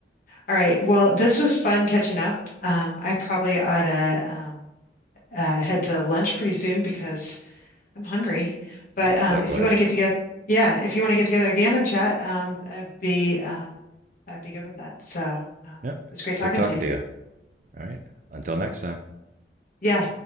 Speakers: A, on the left; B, on the right.
A: all right. Well, this was fun catching up. Um, I probably ought to um, uh, head to lunch pretty soon because I'm hungry, but
B: Yeah,
A: um,
B: likewise.
A: if you want to get together,
B: Yeah,
A: yeah, if you want to get together again and chat, um, I'd be um, I'd be good with that. So um,
B: yeah,
A: it's great
B: it's
A: talking
B: good talking
A: to you.
B: to you. All right, until next time.
A: Yeah.